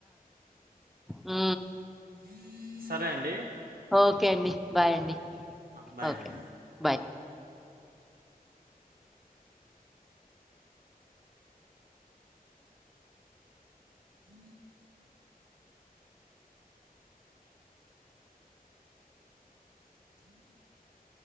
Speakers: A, in the centre; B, on the right (about 75°).
A: ఆ
B: హ సరే అండి
A: ఓకే అండి బాయ్ అండి
B: బాయ్
A: ఓకే
B: అండి
A: బాయ్
B: ఈ హ